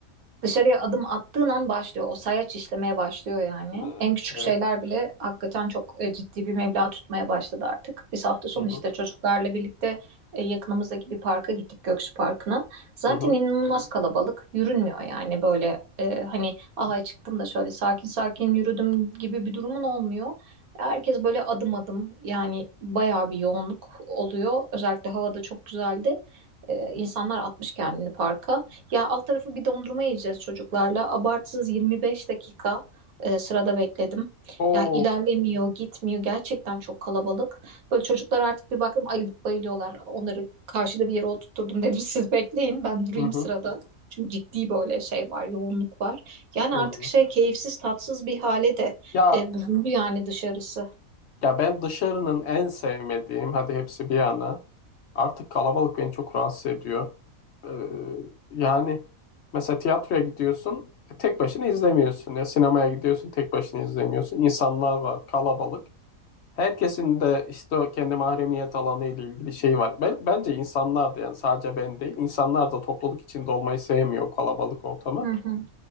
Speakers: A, on the right (about 85°); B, on the left (about 65°).
A: Dışarıya adım attığın an başlıyor. O sayaç işlemeye başlıyor yani.
B: Ee,
A: En küçük
B: Evet.
A: şeyler bile hakikaten çok e, ciddi bir meblağ tutmaya başladı artık. Biz hafta sonu
B: Hı
A: işte
B: hı.
A: çocuklarla birlikte e, yakınımızdaki bir parka gittik Göksu Parkı'na. Zaten
B: Hı hı.
A: inanılmaz kalabalık. Yürünmüyor yani böyle e, hani aha çıktım da şöyle sakin sakin yürüdüm gibi bir durumun olmuyor. Herkes böyle adım adım yani bayağı bir yoğunluk oluyor. Özellikle havada çok güzeldi. E, insanlar atmış kendini parka. Ya alt tarafı bir dondurma yiyeceğiz çocuklarla. Abartsız 25 dakika e, sırada bekledim.
B: Oo.
A: Ya ilerlemiyor, gitmiyor. Gerçekten çok kalabalık. Böyle çocuklar artık bir baktım ayılıp bayılıyorlar. Onları karşıda bir yere oturtturdum dedim <laughs> siz bekleyin ben durayım
B: Hı hı.
A: sırada. Çünkü ciddi böyle şey var, yoğunluk var. Yani
B: Hı
A: artık
B: hı.
A: şey keyifsiz, tatsız bir hale de
B: Ya
A: e, büründü yani dışarısı.
B: Ya ben dışarının en sevmediğim, hadi hepsi bir yana. Artık kalabalık beni çok rahatsız ediyor. Ee, yani mesela tiyatroya gidiyorsun, e, tek başına izlemiyorsun. Ya sinemaya gidiyorsun, tek başına izlemiyorsun. İnsanlar var, kalabalık. Herkesin de işte o kendi mahremiyet alanı ile ilgili şey var. Ben, bence insanlar da yani sadece ben değil, insanlar da topluluk içinde olmayı sevmiyor kalabalık ortamı.
A: Hı hı,